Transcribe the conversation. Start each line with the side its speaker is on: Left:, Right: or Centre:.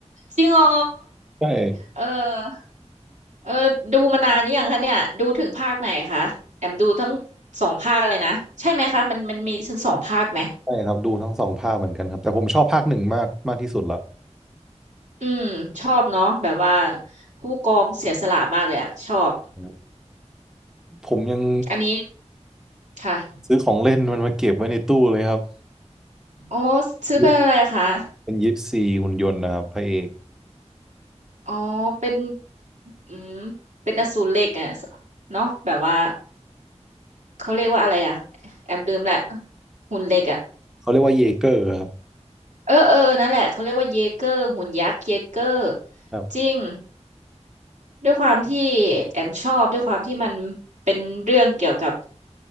Right: จริงเหรอ
Centre: ใช่
Right: เออเออดูมานานหรือยังคะเนี่ยดูถึงภาคไหนคะแอมดูทั้งสองภาคเลยนะใช่ไหมคะมันมันมีถึงสองภาคไหม
Centre: ใช่ครับดูทั้งสองภาคเหมือนกันครับแต่ผมชอบภาคหนึ่งมากมากที่สุดละ
Right: อืมชอบเนาะแบบว่าผู้กองเสียสละมากเลยอะชอบ
Centre: นะครับผมยัง
Right: อันนี้ค่ะ
Centre: ซื้อของเล่นมันมาเก็บไว้ในตู้เลยครับ
Right: อ๋อซื้อเป็นอะไรอะคะ
Centre: ยิปเป็นยิปซีหุ่นยนต์นะครับพระเอก
Right: อ๋อเป็นอืมเป็นอสูรเหล็กอะเนาะแบบว่าเขาเรียกว่าอะไรอะแอมลืมแหละหุ่นเหล็กอะ
Centre: เขาเรียกว่าเยเกอร์ครับ
Right: เออเออเออนั่นแหละเขาเรียกว่าเยเกอร์หุ่นยักษ์เยเกอร์
Centre: ครับ
Right: จริง ด้วยความที่แอมชอบด้วยความที่มันเป็นเรื่องเกี่ยวกับ